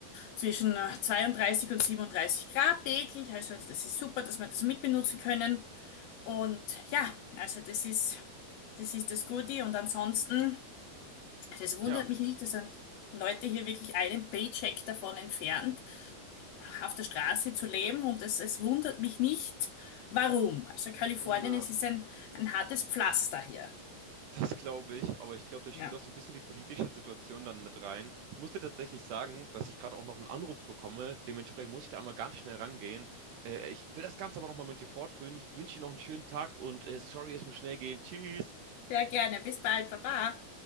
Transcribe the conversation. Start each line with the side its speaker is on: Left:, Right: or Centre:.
Left: zwischen äh, 32 und 37 Grad täglich. Also das ist super, dass wir das mitbenutzen können. Und ja, also das ist. Das ist das Gute. Und ansonsten, also es wundert
Right: Tja,
Left: mich nicht, dass sind Leute hier wirklich einen Paycheck davon entfernt, auf der Straße zu leben. Und es, es wundert mich nicht, warum. Also Kalifornien,
Right: na,
Left: es ist ein, ein hartes Pflaster hier.
Right: das glaube ich, aber ich glaube, da
Left: Ja.
Right: spielt auch so ein bisschen die politische Situation dann mit rein. Ich musste tatsächlich sagen, dass ich gerade auch noch einen Anruf bekomme. Dementsprechend muss ich da einmal ganz schnell rangehen. Äh, ich will das Ganze aber noch mal mit dir fortführen. Ich wünsche dir noch einen schönen Tag und, äh, sorry, es muss schnell gehen. Tschüss.
Left: Sehr gerne. Bis bald. Baba.